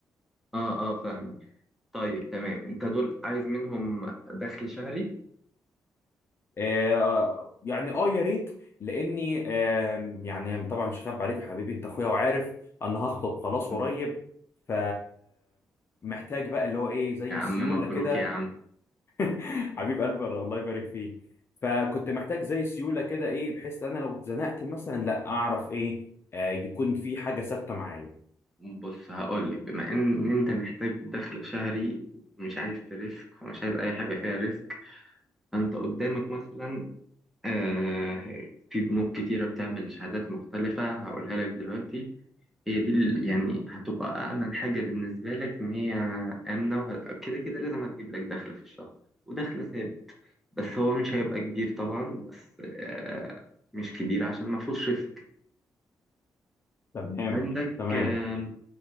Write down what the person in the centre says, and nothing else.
اه اه فاهمك طيب تمام انت دول عايز منهم دخل شهري
مم.
يا عم
مبروك
يا عم
بص هقول لك بما ان انت محتاج دخل شهري مش عايز تريسك ومش عايز اي حاجه فيها ريسك فانت قدامك مثلا آه في بنوك كتيره بتعمل شهادات مختلفه هقولها لك دلوقتي هي دي ال- يعني هتبقى أأمن حاجة بالنسبة لك إن هي آمنة وكده كده كده لازم هتجيب لك دخل في الشهر ودخل ثابت بس هو مش هيبقى كبير طبعا بس آه، مش كبير عشان ما فيهوش ريسك
عندك
آم،